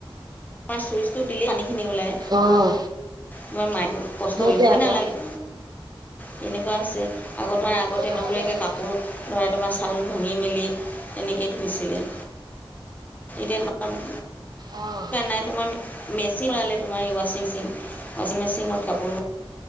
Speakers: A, on the left (about 20°); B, on the right (about 50°).
A: তোমাৰ চুইচটো দিলে পানীখিনি ওলায়
B: অঁ
A: তোমাৰ মা কষ্ট
B: সেইটোৱে
A: কৰিবই
B: আকৌ
A: নালাগে তেনেকুৱা আছে আগত তোমাৰ
B: কৰিব
A: আগতে
B: নালাগে
A: মবীয়াকৈ
B: আৰু
A: কাপোৰ ধৰাটো মাছ ফ <unintelligible> ভাঙি মেলি এনেকৈ ধুইছিলে এতিয়া তোমাৰ
B: অ',।
A: মেচিন ললে তোমাৰ এ ৱাচিং মেচিন, ৱাচিং মেচিনত কাপোৰোৰ